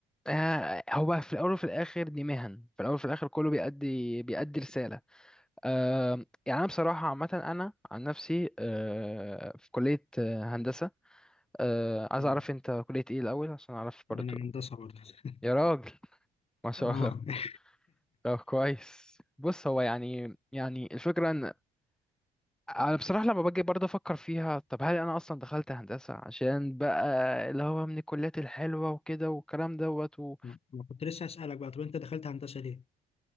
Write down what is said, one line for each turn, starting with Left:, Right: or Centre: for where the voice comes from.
Centre: آه، هو في الاول وفي الاخر دي مهن في الاول وفي الاخر كله بيأدي بيأدي رساله آه، يعني انا بصراحه عامه انا عن نفسي آه، في كليه آه، هندسه آه، عايز
Left: مم.
Centre: اعرف انت كليه ايه الاول عشان اعرف برضو
Left: أنا هندسة برضه <laughs>
Centre: يا راجل ما شاء
Left: آه
Centre: الله
Left: <laughs>
Centre: طب كويس بص هو يعني يعني الفكره ان انا بصراحه لما باجي برضه افكر فيها طب هل انا اصلا دخلت هندسه عشان بقى اللي هو من الكليات الحلوه وكده والكلام دوت و...
Left: ما كنت لسه أسألك بقى طب أنت دخلت هندسة ليه؟